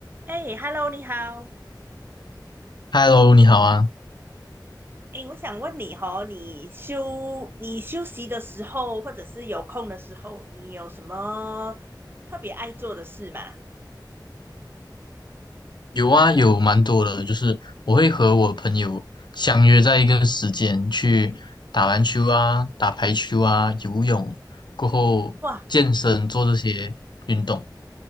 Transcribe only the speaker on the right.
哎，Hello，你好。
哎，我想问你哦，你休你休息的时候，或者是有空的时候，你有什么特别爱做的事吗？
哇，